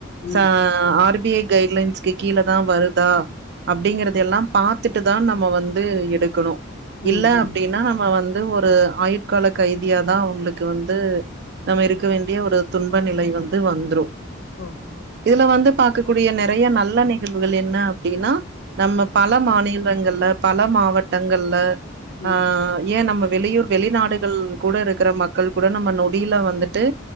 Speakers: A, on the left (about 75°); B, on the right (about 50°).
A: ம்
B: சா ஆர் பி ஐ கைட்லைன்ஸ்கு கீழே தா வருதா அப்டிங்கறத எல்லா பாத்துட்டு தா நம்ம வந்து எடுக்கணு
A: ம்
B: இல்ல
A: ம்
B: அப்டின்னா நம்ம வந் ந்து ஒரு ஆயுட்கால கைதியாதா உங்களுக்கு வந்து நம்ம இருக்க வேண்டிய ஒரு துன்ப நிலை வந்து வந்துரு
A: ஒ
B: இதுல வந்து பாக்கக்கூடிய நெறைய நல்ல நிகழ்வுகள் என்ன அப்டின்னா நம்ம பல மாநிலங்கள்ல பல மாவட்டங்கள்ல
A: ம்
B: அ ஏ நம்ம வெளியூர் வெளிநாடுகள் கூட இருக்கற மக்கள் கூட நம்ம நொடியில வந் துட்டு